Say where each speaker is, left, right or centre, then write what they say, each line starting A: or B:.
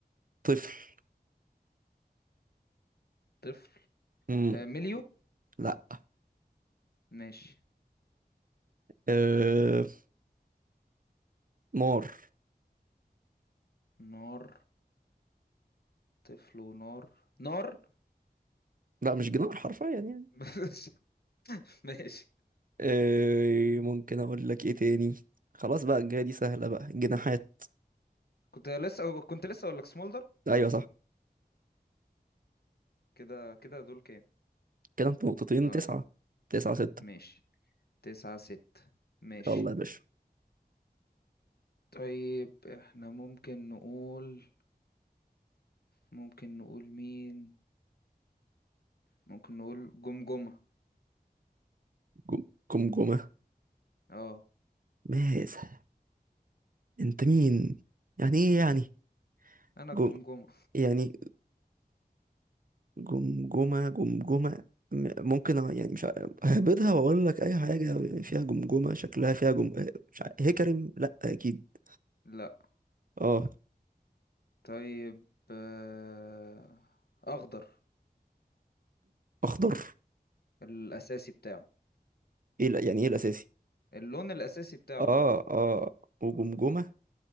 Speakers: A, on the right; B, on the left.
A: طفل
B: طفل
A: مم.
B: آه... مليو
A: لا
B: ماشي
A: أه... نار
B: نار طفل ونار نار
A: لا مش جنار حرفيا يعني
B: <laughs> ماشي ماشي.
A: أه... ممكن اقول لك ايه تاني خلاص بقى الجاية دي سهلة بقى جناحات
B: كنت لسه كنت لسه اقول لك سمولدر
A: ايوه صح
B: كده كده دول كام
A: كده انت نقطتين
B: اه
A: تسعة تسعة ستة
B: ماشي تسعة ستة ماشي
A: يلا يا باشا
B: طيب احنا ممكن نقول ممكن نقول مين ممكن نقول جمجمة
A: جم جمجمة
B: اه
A: ماذا انت مين يعني ايه يعني
B: انا الجمجمة
A: جم يعني جمجمة جمجمة م- ممكن أ- يعني مش ع- ههبدها واقول لك اي حاجة فيها جمجمة شكلها فيها جم آه، مش ع- هكرم لا اكيد
B: لا
A: اه
B: طيب آه، اخضر
A: اخضر
B: الاساسي بتاعه
A: ايه ال- يعني ايه الاساسي
B: اللون الاساسي بتاعه
A: اه
B: اخضر
A: اه وجمجمة